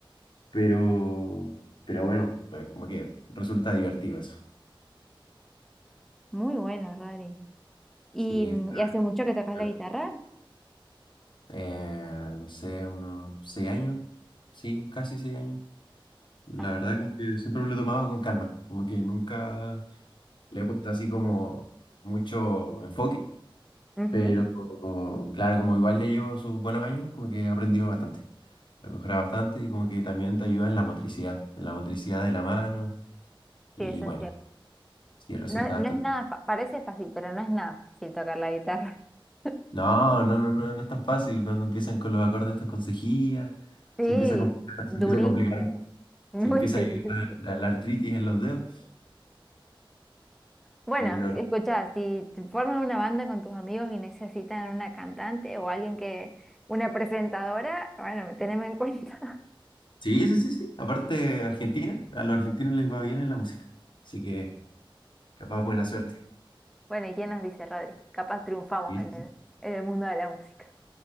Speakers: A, on the left; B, in the centre.
A: Pero, pero bueno, eh, como que resulta divertido eso.
B: Muy bueno, Rodri. ¿Y,
A: Sí,
B: mm,
A: está
B: ¿y hace mucho que tocas
A: piola.
B: la guitarra?
A: eh, no sé, unos seis años. Sí, casi seis años. La
B: Ah,
A: verdad como que siempre me lo he tomado con calma. Como que nunca le he puesto así como mucho enfoque
B: Ujú,
A: Pero claro, como igual ya llevo sus buenos años, como que he aprendido bastante, he mejorado bastante y como que también te ayuda en la motricidad, en la motricidad de la mano y
B: Sí, eso
A: bueno,
B: es cierto.
A: sí, resulta
B: No, es-
A: bastante.
B: no es nada, fa- parece fácil, pero no es nada fácil tocar la guitarra. <laughs>
A: No, no, no, no, no es tan fácil cuando empiezan con los acordes estos con cejilla,
B: Sí,
A: se empieza a complicar,
B: durísimo,
A: se empieza a complicar,
B: muy
A: se empieza
B: <laughs> difícil.
A: a ir la, la- la artritis en los dedos.
B: Bueno,
A: Y, pero,
B: escuchá, si te formas una banda con tus amigos y necesitan una cantante o alguien que, una presentadora, bueno, teneme en cuenta.
A: sí, sí, sí, sí, aparte Argentina, a los argentinos les va bien en la música, así que capaz buena suerte.
B: Bueno, ¿y quién nos dice, Rodri? Capaz triunfamos
A: Sí,
B: en
A: sí,
B: el,
A: sí.
B: en el mundo de la música.